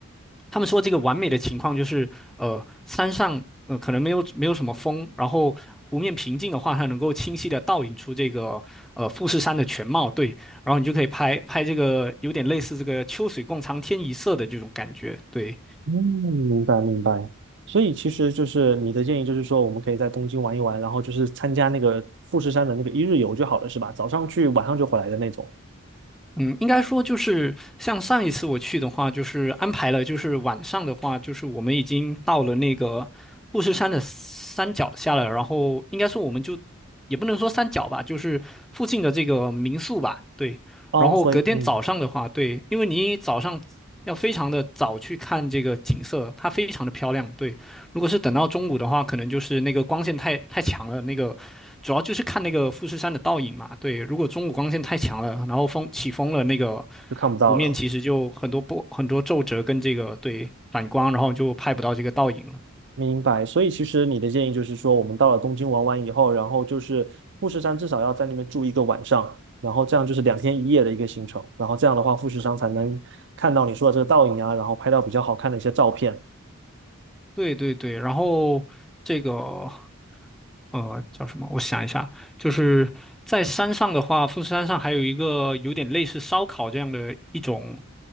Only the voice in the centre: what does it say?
他们说这个完美的情况就是，呃，山上呃可能没有没有什么风，然后湖面平静的话，它能够清晰的倒影出这个呃富士山的全貌，对，然后你就可以拍拍这个有点类似这个秋水共长天一色的这种感觉，对。
嗯，应该说就是像上一次我去的话，就是安排了，就是晚上的话，就是我们已经到了那个富士山的山脚下了，然后应该说我们就也不能说山脚吧，就是附近的这个民宿吧，对。
然后隔天早上的话，
对，因为你早上要非常的早去看这个景色，它非常的漂亮，对。如果是等到中午的话，可能就是那个光线太太强了，那个主要就是看那个富士山的倒影嘛。对，如果中午光线太强了，然后风起风了，那个
湖面其实就很多波、很多皱褶跟这个对反光，然后就拍不到这个倒影了。
对对对，然后这个呃叫什么？我想一下，就是在山上的话，富士山上还有一个有点类似烧烤这样的一种